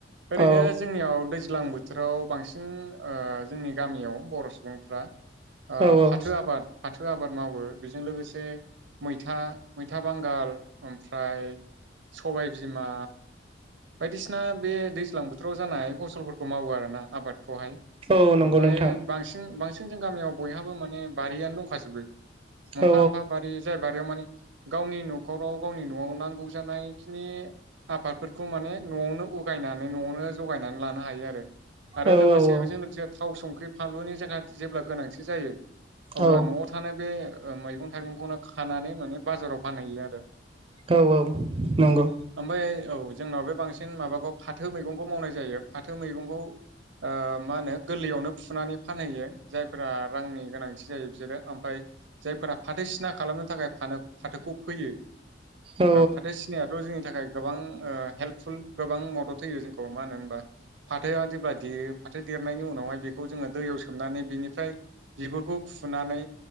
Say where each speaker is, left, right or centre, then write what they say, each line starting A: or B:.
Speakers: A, on the right; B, on the right.
A: ओरैनो
B: औ
A: जोंनियाव दैज्लां बोथोराव बांसिन ओ जोंनि गामियाव बर' सुबुंफ्रा ओ
B: औ औ
A: फाथो आबाद फाथो आबाद मावो बेजों लोगोसे मै मैथा-मैथा बांगाल ओमफ्र आय सबाय बिमा बायदिसिना बे दैज्लां बोथोराव जानाय फसलफोर खौ मावो आरोना आबाद खौहाय
B: औ नंगौ
A: ओमफाय
B: नोंथां
A: बांसिन-बांसिन जों गामियाव बयहाबो माने बारियानो दंखाजोबो मोनफा-मोनफा
B: औ
A: बारि जाय बारियाव माने गावनि न'खराव गावनि नांगौ जानायखिनि आबादफोरखौ माने न'आवनो उगायनानै न'आवनो जगायनानै लानो हायो आरो। आरो
B: औ औ
A: लोगोसे
B: औ
A: बेजों लोगोसे थाव संख्रि फानलुनि जोंहा जेब्ला गोनांथि जायो अब्ला
B: औ
A: न'आव थानाय बे मैगं थाइगंखौनो खानानै माने बाजाराव फानहैयो आरो।
B: औ नंगौ
A: ओमफ्राय औ जोंनाव बे बांसिन माबाखौ फाथो मैगंखौ मावनाय जायो फाथो मैगंखौ ओ मा होनो गोरलैयावनो फुनानै फानहैयो जायफोरा रांनि गोनांथि जायो। बिसोरो ओम फाय जायफोरा फाथो सिना खालामनो थाखाय फाथोखौ फैयो
B: औ
A: फाथो सिनायाथ' जोंनि थाखाय गोबां हेल्पफुल गोबां मदद होयो जोंखौ मानो होन होमबा फाथोआ जेब्ला देरो फाथो द नायनि उनावहाय बेखौ जोङो दैयाव सोमोबनानै बिनिफ्राय बिखौ फुनानै